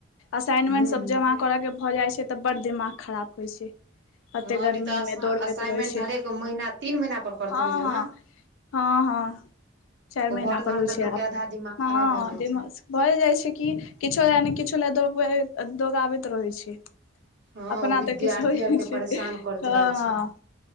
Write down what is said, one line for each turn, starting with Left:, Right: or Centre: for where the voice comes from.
Left: असाइनमेंट
Right: हूँ
Left: सभ
Right: हूँ
Left: जमा। करय के भऽ जाइ छै तऽ बड्ड दिमाग खराब होइ छै। कते
Right: हँ
Left: गर्मी
Right: अभी तऽ
Left: मे दौड़बैत
Right: असाइनमेंट
Left: रहै छै,
Right: हरेक महीना तीन महीना पर करैत
Left: हँ
Right: हेबै जमा
Left: हँ। हँ हँ। चारि
Right: ओ
Left: महीना
Right: भरैत
Left: पर
Right: भरैत
Left: होइ छै
Right: लोक
Left: आब,
Right: के आधा दिमाग
Left: हँ
Right: खराब भऽ जाइ छै
Left: भए जाइ छै कि। किछो ले ने किछो ले, दौड़ दौड़ाबैत रहै छै।
Right: हँ
Left: अपना
Right: ओ विद्यार्थी
Left: तऽ किछ होइ
Right: आर
Left: नहि
Right: के
Left: छै,
Right: परेशान करैत
Left: हँ
Right: रहे
Left: हँ।
Right: छै